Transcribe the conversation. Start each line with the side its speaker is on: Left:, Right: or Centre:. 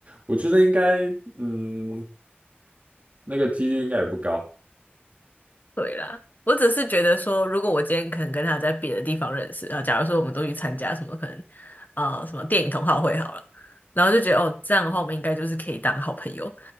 Right: 我觉得应该，嗯，那个几率应该也不高
Left: 对啦，我只是觉得说，如果我今天可能跟他在别的地方认识，啊，假如说我们都去参加什么可能，啊什么电影同好会好了，然后就觉得哦，这样的话我们应该就是可以当好朋友。